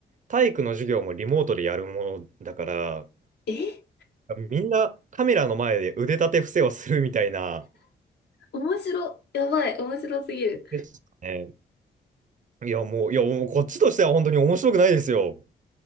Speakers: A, on the right (about 45°); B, on the left (about 65°).
A: 体育の授業もリモートでやるものだから、
B: え、
A: みんなカメラの前で腕立て伏せをするみたいな、
B: 面白、やばい、面白すぎる。
A: ですね。いや、もう、いや、もうこっちとしては本当に面白くないですよ。